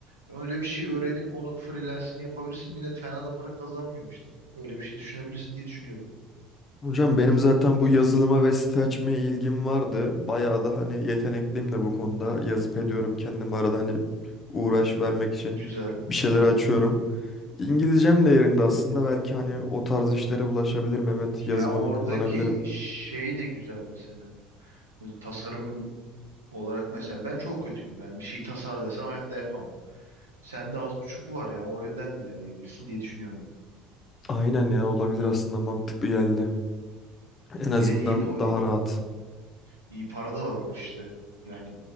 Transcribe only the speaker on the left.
Hocam benim zaten bu yazılıma ve site açmaya ilgim vardı. Bayağı da hani yetenekliyim de bu konuda. Yazıp ediyorum kendim arada hani uğraş vermek için
bir şeyler
açıyorum. İngilizcem de yerinde aslında. Belki hani o tarz işlere bulaşabilirim. Evet yazılımı
kullanabilirim.
Aynen ya olabilir aslında
mantıklı geldi. En azından
daha rahat.